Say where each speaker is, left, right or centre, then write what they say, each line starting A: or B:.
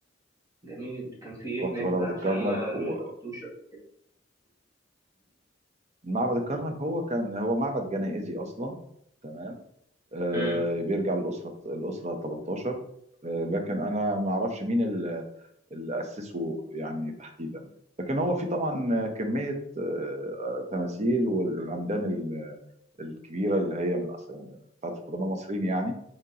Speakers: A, on the right; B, on the right.
A: جميل كان في ايه
B: رحت
A: هناك
B: معبد
A: بقى عشان
B: الكرنك
A: انا ما ما
B: و
A: رحتوش قبل كده
B: معبد الكرنك هو كان هو معبد جنائزي اصلا تمام آه
A: امم
B: بيرجع للاسره الاسره 13 آه لكن انا ما اعرفش مين ال- اللي اسسه يعني تحديدا لكن هو في طبعا كميه آه تماثيل والعمدان ال- الكبيره اللي هي من أصل بتاعت القدماء المصريين يعني